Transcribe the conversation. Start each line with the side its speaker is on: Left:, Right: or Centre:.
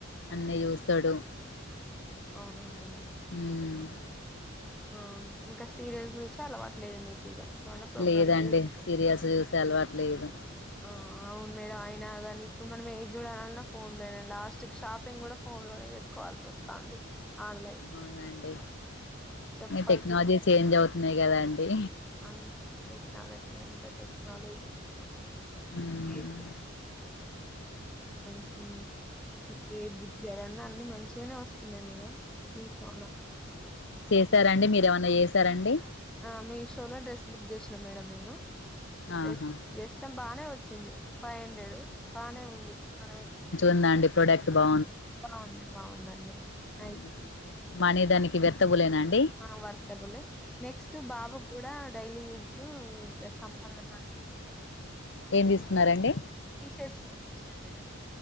Left: అన్ని చూస్తాడు
Centre: అవునా మేడం
Left: ఉమ్
Centre: ఆ ఇంకా సీరియల్స్ చూసి అలవాట్లేదు మీకు ఇక ఏమైనా ప్రోగ్రామ్స్
Left: లేదండి
Centre: చూస్తే
Left: సీరియల్స్ అలవాటులేదు
Centre: ఆ అవును మేడం అయినా గానీ ఇప్పుడు మనం ఏది చూడాలన్నా ఫోన్ లోనే లాస్ట్ షాపింగ్ కూడా ఫోన్ లోనే చేసుకోవాల్సి వస్తుంది ఆన్లైన్
Left: అవునండి
Centre: చెప్పాల్సి
Left: టెక్నాలజీ
Centre: వస్తుంది.
Left: చేంజ్ అవుతున్నాయి కదాండి
Centre: అంతే టెక్నాలజీ అంత టెక్నాలజీ
Left: మ్మ్
Centre: ఏ <unintelligible> ఇప్పుడు ఏ దిగ్గరన్నా అన్ని మంచిగానే వస్తుంది మీరు మీషో
Left: చేసారండి మీర ఏమన్నా చేసారండి
Centre: ఆ మీ షోలో డ్రెస్ బుక్ చేసినా మేడం నేను
Left: ఆహా
Centre: డ్రెస్ బుక్ చే ఇతం బాగానే వచ్చింది ఫైవ్ హండ్రెడ్ బాగానే ఉంది మనం
Left: ఉందండీ ప్రొడక్ట్ బా
Centre: బాగుంది బాగుందండి నైస్
Left: ఆహా. మనీ దానికి వర్త్బలేనండీ
Centre: ఆ వర్తబల్ నెక్స్ట్ బాబు కూడా డైలీ యూస్ కు లే సమ్మర్ కదా అనీ
Left: ఏం తీసుకున్నారండి
Centre: టీషర్స్ తీసుకున్న మేడమ్